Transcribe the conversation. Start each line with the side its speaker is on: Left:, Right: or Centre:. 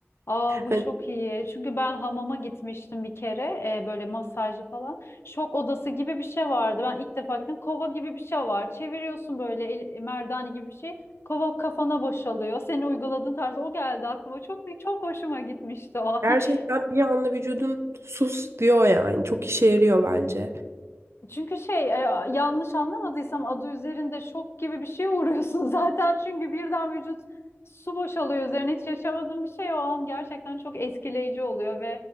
Left: Aa bu
Right: Hani
Left: çok iyi. Çünkü ben hamama gitmiştim bir kere e, böyle masajlı falan. Şok odası gibi bir şey vardı. Ben ilk defa gittim. Kova gibi bir şey var. Çeviriyorsun böyle el- merdane gibi bir şey. Kova kafana boşalıyor. Seni uyguladığın tarz o geldi aklıma. Çok çok hoşuma gitmişti o.
Right: gerçekten
Left: <laughs>
Right: bir anda vücudun sus diyor yani. Çok işe yarıyor bence.
Left: Çünkü şey e, yanlış anlamadıysam adı üzerinde şok gibi bir şeye uğruyorsun <laughs> zaten. Çünkü birden vücut su boşalıyor üzerine hiç yaşamadığın bir şey o an gerçekten çok etkileyici oluyor ve